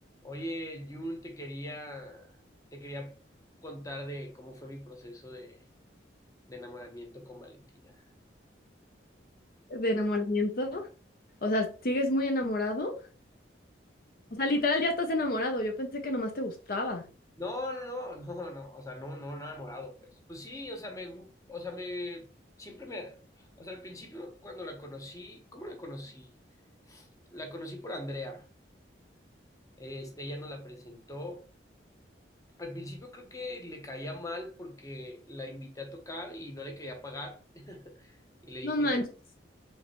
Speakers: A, on the left; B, on the left.
A: Oye, Jun, te quería, te quería contar de cómo fue mi proceso de, de enamoramiento con Valentina.
B: de enamoramiento. O sea, ¿sigues muy enamorado? O sea, literal ya estás enamorado. Yo pensé que nomás te gustaba.
A: No, no, no, <laughs> no, no, o sea, no, no, no enamorado, pues. Pues sí, o sea, me, gu- o sea, me, siempre me, o sea, al principio cuando la conocí, ¿cómo la conocí? La conocí por Andrea, este, ella nos la presentó. Al principio creo que le caía mal porque la invité a tocar y no le quería pagar. <laughs> Y le dije,
B: No manches.